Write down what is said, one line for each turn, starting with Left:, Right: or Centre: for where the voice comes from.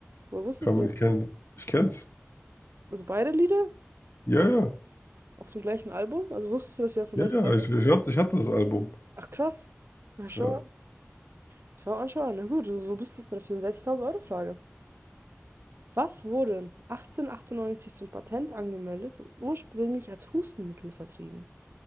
Right: Woher wusstest
Left: kann
Right: du
Left: mich
Right: das?
Left: kennen. Ich kenn's.
Right: Also beide Lieder
Left: Ja, ja.
Right: auf dem gleichen Album? Also wusstest du, dass sie auf dem
Left: Ja,
Right: gleichen
Left: ja.
Right: Album
Left: Ich,
Right: sind?
Left: ich hatte, ich hatte das Album.
Right: Ach krass. Na schau
Left: Ja.
Right: an. Schau an, schau an. Na gut, so bist du bist jetzt bei der vierundsechzigtausend euro frage Was wurde 1898 zum Patent angemeldet und ursprünglich als Hustenmittel vertrieben?